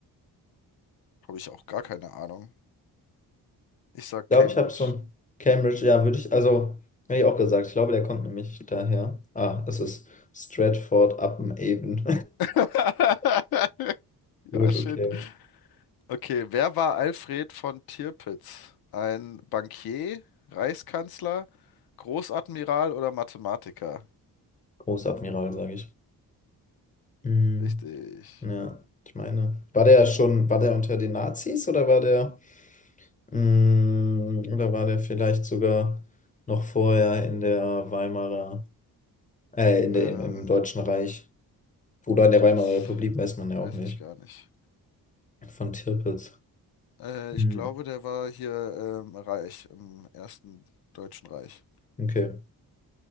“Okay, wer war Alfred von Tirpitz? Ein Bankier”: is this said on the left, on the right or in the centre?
Left